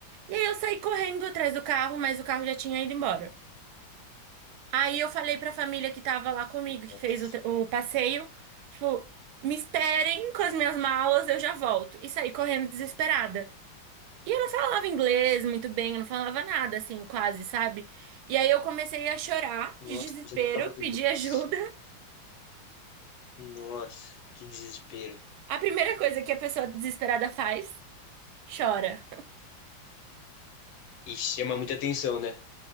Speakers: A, on the right; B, on the left.
A: E aí eu saí correndo atrás do carro, mas o carro já tinha ido embora. Aí eu falei pra família que tava lá comigo, que
B: Nossa,
A: fez o, tra- o passeio, tipo, me esperem com as minhas malas, eu já volto. E saí correndo desesperada. E eu não falava inglês muito bem, eu não falava nada, assim, quase, sabe? E aí eu comecei a chorar
B: Nossa,
A: de desespero,
B: não precisa nem falar do
A: pedir
B: inglês.
A: ajuda.
B: Nossa, que desespero.
A: A primeira coisa que a pessoa desesperada faz, chora.
B: E chama muita atenção, né?